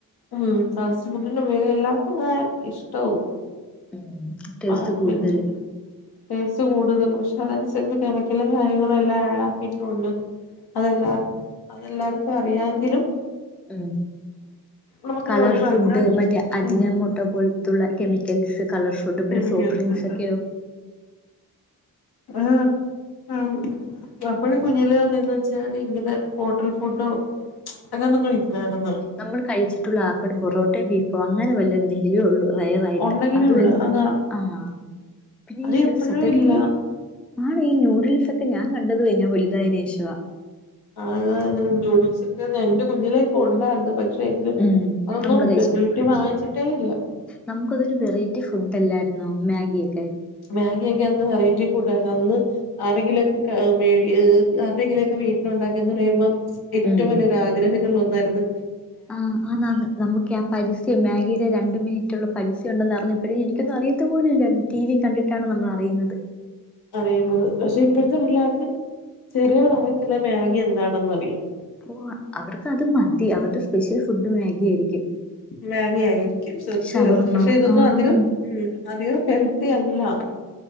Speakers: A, on the left; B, in the centre.
A: ഉം ഫാസ്റ്റ് ഫുഡിന്റെ ഉപയോഗം എല്ലാവർക്കും അതാ ഇഷ്ടോം
B: ഉം ടേസ്റ്റ്
A: <unintelligible>
B: കൂടുതല്
A: ടേസ്റ്റ് കൂടതല് പശെ അത് അന്സരിച്ച് കെമിക്കലും കാര്യങ്ങളും എല്ലാ ഏടാ ട്ടോണ്ട് അതെല്ലാർ അതെല്ലാർക്കും അറിയാങ്കിലും
B: ഉം
A: നമുക്കത്
B: കളർ
A: ഒഴിവാക്ക
B: ഫുഡ് മറ്റേ അജിന
A: ഉം
B: മോട്ടോ പോ ത്തുള്ള കെമിക്കൽസ് കളർ ഫുഡ് പിന്നെ
A: കെമിക്കൽസ്
B: സോഫ്റ്റ് ഡ്രിങ്ക്സ് ഒക്കെയോ
A: ആഹ് ഉം നമ്മടെ കുഞ്ഞിലെ എന്ന് വെച്ചാല് ഇങ്ങനെ ഹോട്ടൽ ഫുഡോ അങ്ങനൊന്നും ഇല്ലാര്ന്ന്
B: നമ്മള് കഴിച്ചിട്ടുള്ള ആപ്പട് പൊറോട്ടേ ബീഫോ അങ്ങനെ വല്ലാ എന്തെങ്കിലും ഒള്ളൂ റെയറായിട്ട്
A: ഉണ്ടെങ്കിലേ
B: അതും
A: ഉള്ളൂ
B: എന്ന്
A: അതാ
B: ആഹ് പിന്നെ
A: അത് എപ്പോഴും
B: ഇ സത്യത്തി
A: ഇല്ല
B: ആണ് ഈ ന്യൂഡിൽസ് ഒക്കെ ഞാൻ കണ്ടത് കഴിഞ്ഞാ വല്തായതിന് ശേഷാ
A: ആഹ് ന്യുഡിൽസൊക്കെ എന്റെ കുഞ്ഞിലേ ഇപ്പോ ഉണ്ടായിരുന് പ പക്ഷെങ്കില്
B: ഉം
A: അതൊന്നും
B: നമ്മള്
A: വീട്ടി വാങ്ങിച്ചിട്ടേ ഇല്ല
B: നമ്മുക്ക് അതൊരു വെറൈറ്റി ഫുഡ്ല്ലാര്ന്നോ മാഗിയൊക്കെ
A: മാഗിയെക്കെ അന്ന് വെറൈറ്റി ഫുഡ് ആര്ന്ന് അന്ന് ആരെങ്കിലോ ക്കാ മേടി ഇ ആരുടെങ്കിലൊക്കെ വീട്ടില് ഒണ്ടാക്കി എന്ന് പറയ്മ്പം എറ്റോം
B: ഉം
A: വല്ല്യരു ആഗ്രഹങ്ങളില് ഒന്നാര്ന്ന്
B: ആഹ് ആന്ന് ആന്ന് നമ്മക്കേ ആഹ് പരി റ്റി മാഗിടെ രണ്ട് മിനിറ്റ് ഉള്ള പരസ്യം ഒണ്ടെന്ന് അറിഞ്ഞപ്പഴേ എനിക്കൊന്നും അറിയത്തും പോലും ഇല്ലാര്ന്ന് ടി വി കണ്ടിട്ടാണ് നമ്മള് അറിയ്ന്നത്
A: അറിയുന്നത് പശെ ഇപ്പോഴത്തെ പിള്ളേർക്ക് ചെറിയ പ്രായത്തിലെ മാഗി എന്താണെന്ന് അറിയും
B: ഓഹ് അവർക്ക് അത് മതി അവരുടെ സ്പെഷ്യൽ ഫുഡ് മാഗി ആയിരിക്കും
A: മാഗി ആയും ക്കും സത്യയാ
B: ഷവർമ്മ
A: പശെ ഇതൊന്നും
B: ആന്ന്
A: അധികം ഉം അധികം ഹെൽത്തി അല്ലാ